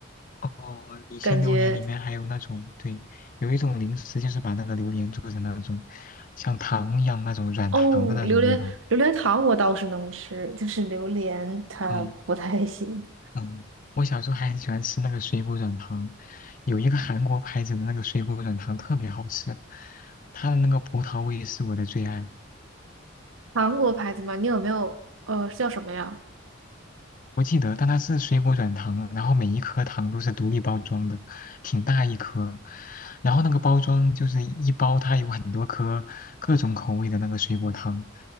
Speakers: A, on the left (about 40°); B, on the right (about 75°).
A: 哦，以前榴莲里面还有那种，
B: 感觉
A: 对，有一种零食就是把那个榴莲做成那种像糖一样那种软糖的那种味道。
B: 哦，榴莲榴莲糖我倒是能吃，就是榴莲它不太行。
A: 嗯嗯，我小时候还很喜欢吃那个水果软糖，有一个韩国牌子的那个水果软糖特别好吃，它的那个葡萄味是我的最爱。
B: <laughs> 韩国牌子吗？你有没有呃叫什么呀？
A: 我记得，但它是水果软糖，然后每一颗糖都是独立包装的，挺大一颗。然后那个包装就是一包，它有很多颗各种口味的那个水果糖。